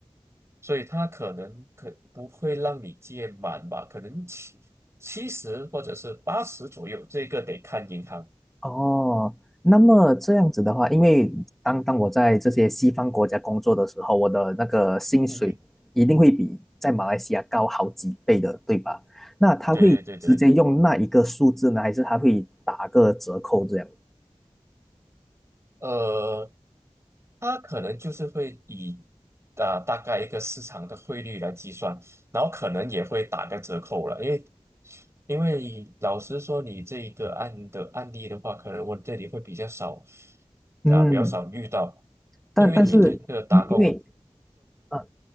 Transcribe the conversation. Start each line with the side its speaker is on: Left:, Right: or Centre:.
Right: 所以它可能可不会让你借满吧，可能七七十或者是八十左右，这个得看银行。
Centre: 哦，那么这样子的话，因为当当我在这些西方国家工作的时候，我的那个薪水一定会比在马来西亚高好几倍的，
Right: 嗯哼，
Centre: 对吧？那他会直接用那一个数字呢，
Right: 对对对对，
Centre: 还是他会打个折扣这样？
Right: 呃，它可能就是会以啊、大概一个市场的汇率来计算，然后可能也会打个折扣了，因为因为老实说，你这一个案的案例的话，可能我这里会比较少
Centre: 嗯，
Right: 啊、比较少遇到，
Centre: 但但是因因为
Right: 因为你这个打工。
Centre: 呃